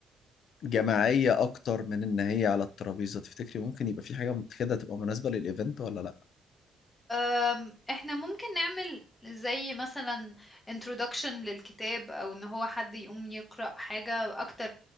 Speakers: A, on the left; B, on the left.
A: جماعية أكتر من إن هي على الترابيزة تفتكري ممكن يبقى في حاجة كده تبقى مناسبة للإيفنت ولا لأ؟
B: أم، احنا ممكن نعمل زي مثلا introduction للكتاب او ان هو حد يقوم يقرأ حاجة اكتر